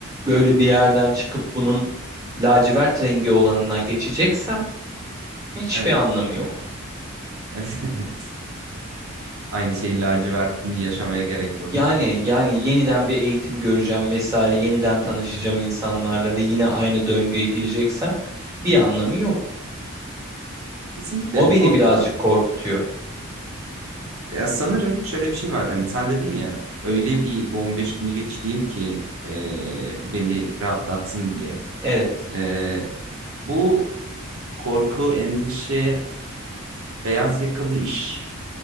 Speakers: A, on the right (about 15°); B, on the right (about 75°).
A: böyle bir yerden çıkıp bunun lacivert rengi olanına geçeceksem hiçbir
B: Evet.
A: anlamı yok.
B: evet. <laughs> Aynı şeyin lacivertliğini yaşamaya gerek yok.
A: Yani yani yeniden bir eğitim göreceğim vesaire, yeniden tanışacağım
B: Hı hı.
A: insanlarla ve yine aynı döngüye gireceksem bir anlamı yok.
B: Kesinlikle
A: O
B: bu
A: beni
B: konuda
A: birazcık korkutuyor.
B: ya sanırım şöyle bir şey var. Hani sen dedin ya öyle bir bu 15 günü geçireyim ki e, beni rahatlatsın diye.
A: Evet.
B: E, bu korku, endişe, beyaz yakalı iş